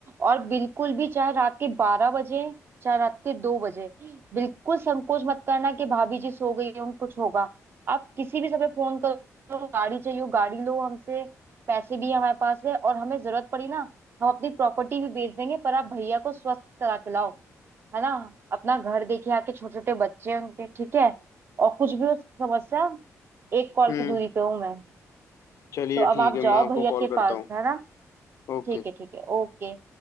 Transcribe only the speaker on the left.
हम्म
चलिए
ठीक
है
मैं आपको
कॉल
करता
हूँ
ओके